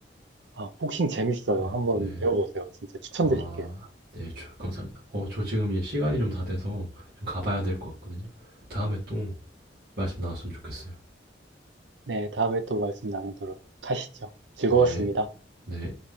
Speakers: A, on the right; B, on the right.
A: 아, 복싱 재밌어요.
B: 네,
A: 한번
B: 네,
A: 배워보세요. 진짜 추천드릴게요.
B: 아, 네, 감사합니다. 어, 저 지금 이제 시간이 좀 다 돼서 좀 가봐야 될 것 같거든요. 다음에 또 말씀 나왔으면 좋겠어요.
A: 네, 다음에 또 말씀 나누도록 하시죠. 즐거웠습니다.
B: 네, 네.